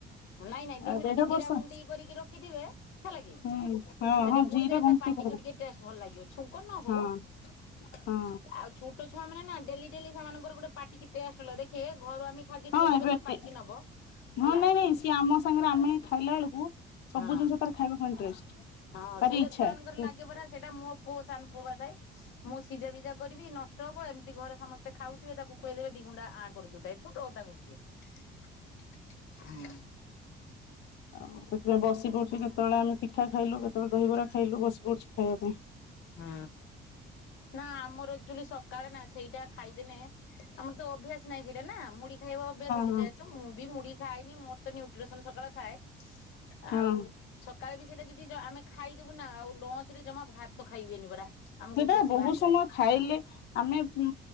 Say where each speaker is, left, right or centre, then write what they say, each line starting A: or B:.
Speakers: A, on the left; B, on the left.
A: ନାଇଁ ନାଇଁ ଜଣେ
B: ଆ ଦେଢ
A: ଟିକେ
B: ବର୍ଷ
A: ଜିରା ଗୁଡି କରିକି ରଖିଥିବେ ହେଲା କି
B: ହୁଁ ହଁ
A: ସେଠି
B: ହଁ
A: ବୁଣିଦେନେ
B: ଜିରା ଗୁଣ୍ଡ
A: ତା ପାଟି
B: ପକେଇ
A: ଟିକେ ଟିକେ ଟଷ୍ଟ ଭଲ ଲାଗିବ ଛୁଙ୍କ ନ
B: ହଁ
A: ହଉ
B: ହଁ
A: ଆଉ ଛୋଟ ଛୁଆମାନେ ନା ଡେଲି ଡେଲି ସେମାନଙ୍କର ଗୋଟେ ପାଟିିକି ଟେଷ୍ଟଲା ଦେଖେ ଘରୁ ଆମେ ଖାଦ୍ୟ
B: ହଁ
A: ଟିକେ
B: ଏବେ
A: ଦେବେ ସେ
B: ଏତେ
A: ପାଟିକି ନବ ହେଲା
B: ହଁ ନାଇଁ ନାଇଁ ସିଏ ଆମ ସାଙ୍ଗରେ ଆମେ ଖାଇଲା ବେଳକୁ ସବୁ
A: ହଁ
B: ଜିନିଷ ତାର ଖାଇବାକୁ ଇଣ୍ଟରେଷ୍ଟ।
A: ହଁ
B: ଭାରି
A: ସେଇଟା
B: ଇଚ୍ଛା
A: ଛୁଆମାନଙ୍କର
B: ହୁଁ
A: ଲାଗେ ପରା ସେଇଟା ମୋ ପୁଅ ସାନ ପୁଅ ବା ଥାଏ। ମୁଁ ସିଝାବିଜା କରିବି ନଷ୍ଟ ହବ। ଏମିତି ଘରେ ସମସ୍ତେ ଖାଉଥିବେ ତାକୁ ଖୁଆଇଦେବେ ଦି ଗୁଣ୍ଡା ଆଣ୍ କରିଦଉଥାଏ ଛୋଟ କଥା କହୁଚି ହୁଁ।
B: ଆଉ ସେଥିପାଇଁ ବସି ପଡୁଚି କେତେବେଳେ ଆମେ ପିଠା ଖାଇଲୁ କେତେବେଳେ ଦହିବରା ଖାଇଲୁ ବସି ପଡୁଚି ଖାଇବା ପାଇଁ।
A: ହଁ ନା ଆମର ଏକ ଚୁଲି ସକାଳେ ନା ସେଇଟା ଖାଇଦେନ ଆମର ତ ଅଭ୍ୟାସ ନାହିଁ ସେଇଟା ନା ମୁଡି ଖାଇବା ଅଭ୍ୟାସ ଅଛି
B: ହଁ ହଁ
A: ଯେହେତୁ ମୁଁ ବି ମୁଡି ଖାଏନି ମୋର ତ ନ୍ୟୁଟ୍ରିସନ ସକାଳେ ଖାଏ। ଆଉ
B: ହଁ
A: ସକାଳେ ବି ସେଇଟା ଯଦି ଆମେ ଖାଇଦବୁ ନା ଆଉ ଲଞ୍ଚ ରେ ଜମା ଭାତ ଖାଇ ହୁଏନି ପରା। ଆମକୁ
B: ସେଇଟା
A: ବେଶୀ
B: ବହୁତ
A: ଭାରି
B: ସମୟ
A: ଲାଗେ
B: ଖାଇଲେ ଆମେ ଉ